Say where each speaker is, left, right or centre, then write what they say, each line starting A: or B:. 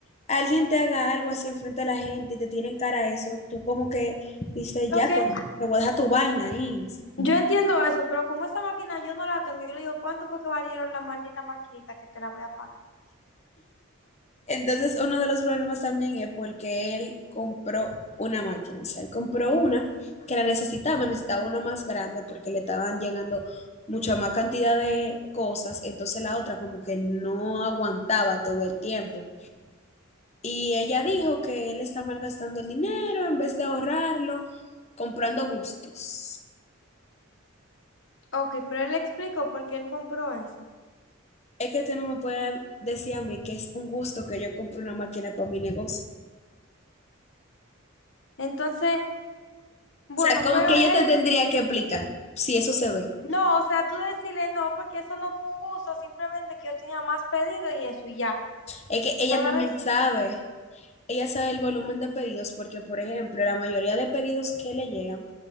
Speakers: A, on the left; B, on the left.
A: alguien te haga algo así enfrente de la gente y te tienen cara a eso, tú como que dices,
B: Lo
A: ya,
B: que,
A: tú, te voy a dejar tu vaina ahí.
B: Yo entiendo eso, pero como esa máquina yo no la tengo, yo le digo, ¿cuánto fue que valieron la maldita maquinita que te la voy a pagar?
A: Entonces, uno de los problemas también es porque él compró una máquina, o sea, él compró una que la necesitaba, necesitaba una más grande porque le estaban llegando mucha más cantidad de cosas, entonces la otra como que no aguantaba todo el tiempo. Y ella dijo que él está malgastando el dinero en vez de ahorrarlo, comprando gustos.
B: Ok, pero él le explicó por qué él compró eso.
A: Es que tú no me puedes decir a mí que es un gusto que yo compre una máquina para mi negocio.
B: Entonces, bueno,
A: O sea, como
B: pero
A: que yo
B: él,
A: te tendría que explicar si eso se ve.
B: no, o sea, tú decirle no, porque eso no fue un gusto, simplemente que yo tenía más pedido y eso, y ya,
A: Es que ella
B: solo
A: también
B: eso.
A: sabe, ella sabe el volumen de pedidos porque, por ejemplo, la mayoría de pedidos que le llegan